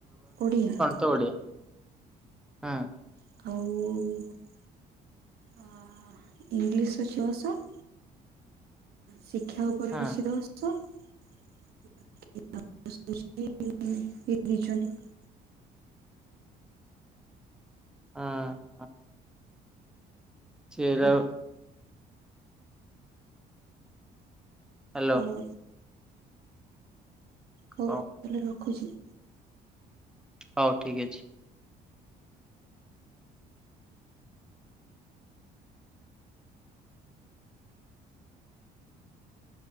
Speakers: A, on the right (about 70°); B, in the centre.
A: ଓଡିଆ।
B: ତ ଓଡ଼ିଆ ହଁ।
A: ଆଉ। ଅ ଇଂଲିଶ ଛଅସହ ଶିକ୍ଷା ପରି
B: ହଁ
A: ମିଶି ଦସ। <unintelligible>
B: ହଁ। ଛେରା ହ୍ୟାଲୋ
A: ହୋଉ। ହୋଉ
B: ହଉ
A: ତାହାଲେ ରଖୁଛି।
B: ହଉ ଠିକ୍ ଅଛି।